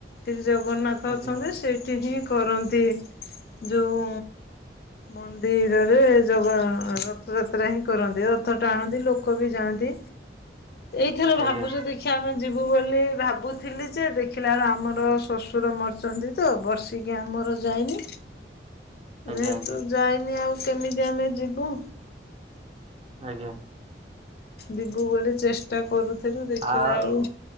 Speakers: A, on the left; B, on the right.
A: ଶ୍ରୀ ଜଗନ୍ନାଥ
B: ଆଜ୍ଞା।
A: ଅଛନ୍ତି ସେଇଠି ହିଁ କରନ୍ତି ଯଉଁ ମନ୍ଦିରରେ ଜଗା ର ଥ ଯାତ୍ରା ହିଁ କରନ୍ତି ରଥ ଟାଣନ୍ତି ଲୋକ ବି ଯାଆନ୍ତି ଏଇଥର ଭାବୁଚୁ
B: ଆଜ୍ଞା
A: ଦେ ଦେଖିଆ ଆମେ ଯିବୁ ବୋଲି ଭାବୁଥିଲି ଯେ ଦେଖିଲା ବେଳେ ଆମର ଶ୍ୱଶୁର ମରିଚନ୍ତି। ତ ବର୍ଷିକିଆ ଆମର ଯାଇନି
B: ଆଜ୍ଞା
A: ଯେହେତୁ
B: ଆଜ୍ଞା
A: ଯାଇନି ଆଉ କେମିତି ଆମେ ଯିବୁ।
B: ଆଜ୍ଞା।
A: ଯିବୁ ବୋଲି ଚେଷ୍ଟା କରୁଥିଲୁ ଦେଖିଲା
B: ଆଉ
A: ବେଳୁ